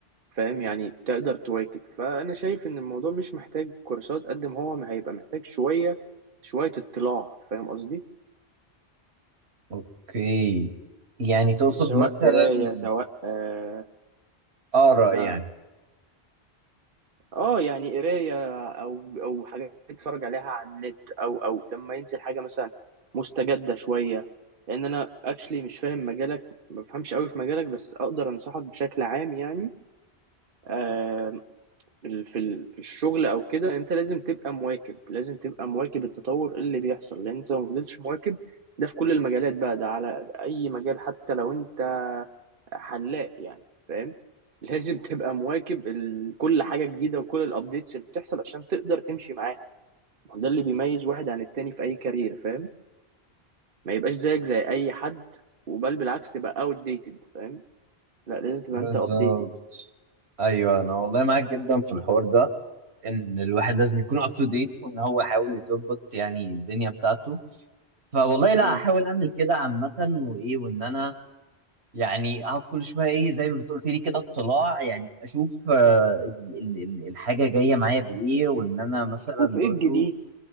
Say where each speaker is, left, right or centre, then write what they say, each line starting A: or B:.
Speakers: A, on the right (about 55°); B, on the right (about 70°).
A: فاهم يعني تقدر تواكب فأنا شايف إن الموضوع مش محتاج كورسات قد ما هو ما هيبقى محتاج شوية شوية اطلاع فاهم قصدي
B: اوكي يعني تقصد
A: سواء
B: مثلا
A: قراية سواء آه
B: اقرا
A: آه
B: يعني
A: اه يعني قرايه او او حاجات اتفرج عليها على النت او او لما ينزل حاجه مثلا مستجده شويه لان انا اكشلي مش فاهم مجالك ما بفهمش قوي في مجالك بس اقدر انصحك بشكل عام يعني آه، ال- في ال- في الشغل او كده انت لازم تبقى مواكب لازم تبقى مواكب التطور اللي بيحصل لان انت لو ما فضلتش مواكب ده في كل المجالات بقى ده على اي مجال حتى لو انت حلاق يعني فاهم <laughs> لازم تبقى مواكب ال- كل حاجة جديدة وكل الابديتس اللي بتحصل عشان تقدر تمشي معاها ما هو ده اللي بيميز واحد عن التاني في اي كارير فاهم ما يبقاش زيك زي اي حد وبل بالعكس تبقى outdated فاهم لا لازم تبقى
B: بالظبط
A: انت updated
B: ايوه انا والله معاك جدا في الحوار ده ان الواحد لازم يكون اب تو ديت وان هو يحاول يظبط يعني الدنيا بتاعته فوالله لا
A: مم.
B: احاول اعمل كده عامه وايه وان انا يعني اقعد كل شويه ايه زي ما بتقولي لي كده اطلاع يعني اشوف آه، ال- ال- ال- الحاجه جايه معايا بايه وان انا مثلا
A: تشوف
B: برضو
A: ايه الجديد